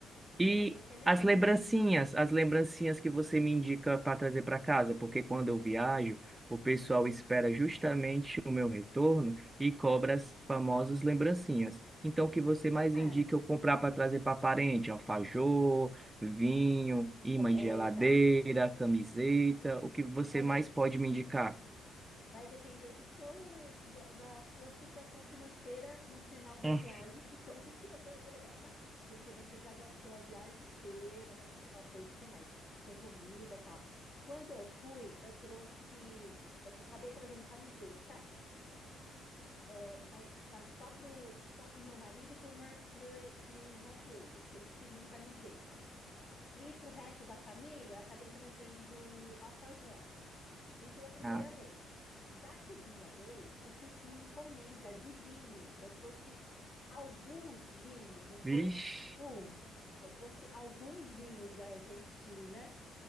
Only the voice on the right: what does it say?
E
as lembrancinhas, as lembrancinhas que você me indica para trazer para casa, porque quando eu viajo, o pessoal espera justamente o meu retorno e cobra as famosas lembrancinhas. Então, o que você mais
indica eu comprar para trazer para parente? Alfajor, vinho, imã
de geladeira,
camiseta, o que você
mais pode me indicar?
Hum,
Ah,
vixe,